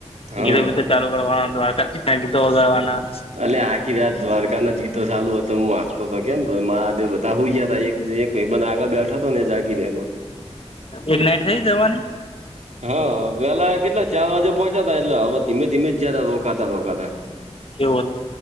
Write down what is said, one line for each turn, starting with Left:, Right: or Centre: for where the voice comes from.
Right: હા
Left: ગીતો-બીતો ચાલુ કરવાના, દ્વારકાધીશના ગીતો વગાડવાના.
Right: અ આખી રા દ્વારકા ના જ ગીતો ચાલુ હત હું વાગતો હતો કેમ માે બધા હું ગયા હતા. પ બને આગળ બેઠા તો ને જાગી દેતો.
Left: એક નાઈટ થઈ જવાની
Right: હા પેલા કેટલા ચાર વાગે પહોંચાતા એટલે હવે ધીમે ધીમે જારે રોકાતા રોકાતા
Left: એદ